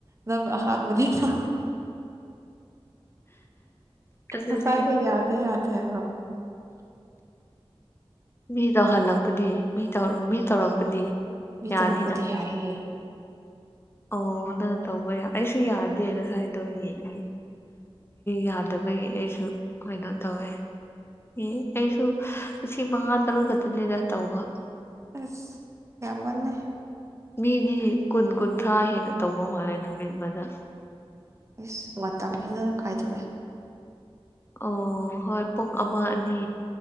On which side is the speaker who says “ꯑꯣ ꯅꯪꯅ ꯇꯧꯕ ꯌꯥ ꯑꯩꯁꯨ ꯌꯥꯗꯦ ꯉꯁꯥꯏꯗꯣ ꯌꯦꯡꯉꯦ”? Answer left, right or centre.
Left